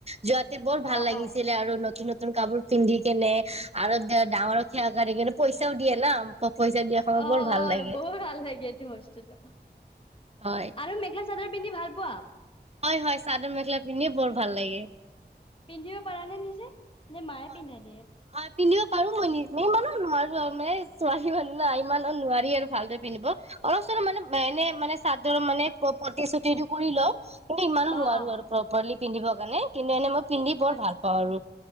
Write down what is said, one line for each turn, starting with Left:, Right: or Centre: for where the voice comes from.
Right: যোৱা। বৰ ভাল
Left: অ
Right: লাগিছিলে
Left: অ
Right: আৰু নতুন নতুন- নতুন কাপোৰ পিন্ধি কেনে আৰু ডাঙৰ খেৱা় কেনে পইচা। তেওঁ দিয়ে না। প- দিয়া সময়ত
Left: অ
Right: বৰ ভাল
Left: অ
Right: লাগে
Left: বহুত ভাল লাগে এইটো বস্তুটো।
Right: হয়
Left: আৰু মেখেল চাদৰ। পিন্ধি ভাল পোৱা।
Right: হয় হয় চাদৰ মেখেলা পিন্ধিয়ে বৰ ভাল লাগে।
Left: পিন্ধিব পাৰা নে নিজে? নে মায়ে
Right: হয়
Left: পিন্ধা ই দিয়ে।
Right: হয় পিন্ধিব পাৰোঁ মই নি ইমানো নোৱাৰোঁ মানে ছোৱালী মানুহ না ইমানো নোৱাৰি আৰু ভালদৰে পিন্ধিব অলপ চলপ মানে এনে মানে চাদৰ মানে পটি চটিটো কৰি লওঁ। কিন্তু ইমানো
Left: অ
Right: নোৱাৰোঁ
Left: অ
Right: আৰু প্ৰপাৰলি। পিন্ধিব কাৰণে কিন্তু এনে মই পিন্ধি বৰ
Left: আ
Right: ভাল পাওঁ আৰু